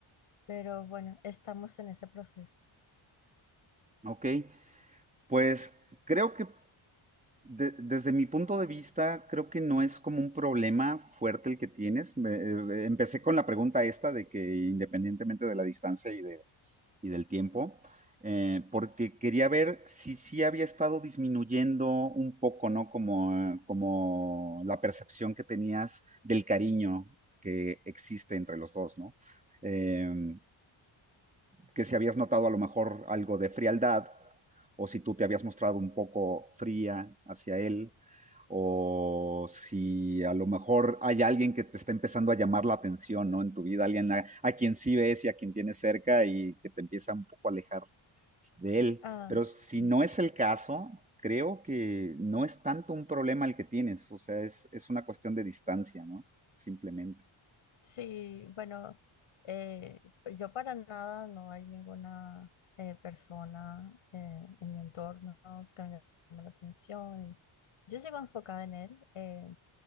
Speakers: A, on the left; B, on the right.
A: pero bueno, estamos en ese proceso.
B: Ok, pues creo que De- desde mi punto de vista, creo que no es como un problema fuerte el que tienes. Me- eh, empecé con la pregunta esta de que independientemente de la distancia y, de, y del tiempo, eh, porque quería ver si sí había estado disminuyendo un poco, ¿no? Como, eh, como la percepción que tenías del cariño que existe entre los dos, ¿no? Em, que si habías notado a lo mejor algo de frialdad o si tú te habías mostrado un poco fría hacia él o si a lo mejor hay alguien que te está empezando a llamar la atención, ¿no? En tu vida, alguien a, a, quien sí ves y a quien tienes cerca y que te empieza un poco a alejar de él.
A: Ah,
B: Pero si
A: mm,
B: no es el caso, creo que no es tanto un problema el que tienes, o sea, es, es una cuestión de distancia, ¿no? Simplemente.
A: sí, bueno, eh, yo para nada, no hay ninguna eh, persona eh, en mi entorno que me llame la atención y yo sigo enfocada en él. eh,